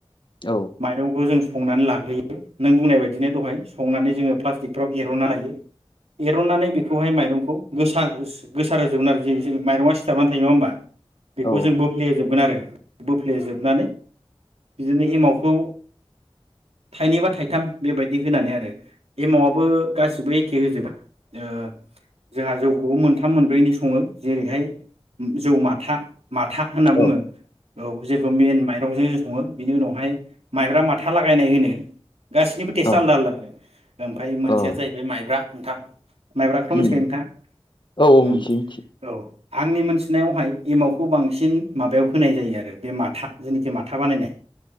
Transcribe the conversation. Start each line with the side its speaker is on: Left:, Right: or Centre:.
Left: औ
Right: माइरंखौ जों संनानै लाग्रोयो नों बुंनाय बायदिनो दहाय संनानै जोङो प्लास्टिकफ्राव एरनना लायो एरननानै बेखौहाय माइरंखौ गोसार होसो गोसार होजोबगोन आरो जे जेरै माइरङा सिथाबनानै थायो नङा होमबा। बेखौ
Left: औ
Right: जों बोफ्लेहोजोबगोन आरो बोफ्लेजोबनानै बिदिनो एमावखौ थाइनै बा थाइथाम बेबायदि होनानै आरो एमावाबो गासिबो एखे होजोबा ओ जोंहा जौखौबो मोनथाम मोनब्रैनि सङो जेरैहाय उम जौ मा खा माथा होनना बुङो
Left: औ
Right: औ जेखौ मेन माइरंजो सङो बिनि उनावहाय माइब्रा माथा लागायनाय होनो गासैनिबो टेस्ट
Left: औ
Right: आलदा आलदा आरो ओमफाय मोनसेया
Left: औ
Right: जाहैबाय माइब्रा नोंथां माइब्राखोथ'
Left: उम
Right: मिथिखायो नोंथाङा
Left: औ
Right: उम
Left: मिथियो मिथियो
Right: औ आंनि मोनथिनायावहाय एमावखौ बांसिन माबायाव होनाय जायो आरो बे माथा जेनिखि माथा बानायनाय